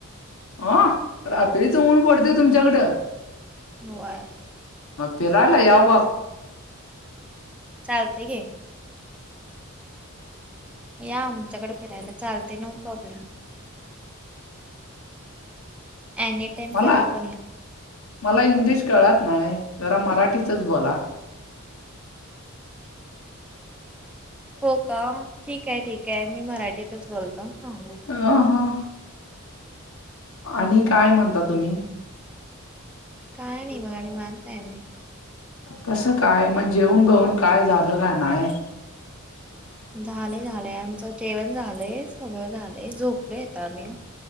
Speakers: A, on the left; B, in the centre.
A: ओ वा रात्रीचा ऊन पडतेय तुमच्याकडं?
B: होया
A: म फिरायला याव का?
B: चालते घे या आमच्याकडे फिरायला चालते नो प्रॉब्लेम. एनी टाइम
A: मला
B: कधी पण या
A: मला इंग्लिश कळत नाही जरा मराठीचच बोला.
B: हो का ठीक आहे ठीक आहे मी मराठी तेच बोलता. <unintelligible>
A: हां हां. आणि
B: हम्म.
A: काय म्हणता तुम्ही?
B: काय नी बगाणी मानता आहे मे
A: कसं काय म जेवन बेवन काय झालं का नाय?
B: झाले झालंय आमचं जेवण झालंय, सगळं झालंय झोपलेयेत आम्ही.